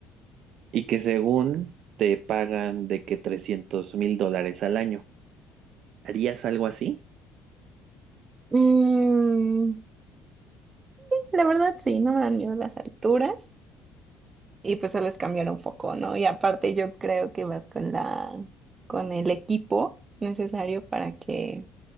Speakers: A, on the right; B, on the right.
A: y que según te pagan de que trescientos mil dólares al año. ¿Harías algo así?
B: Mm, la verdad sí, no me dan miedo las alturas y pues solo es cambiar un foco, ¿no? Y aparte yo creo que vas con la, con el equipo necesario para que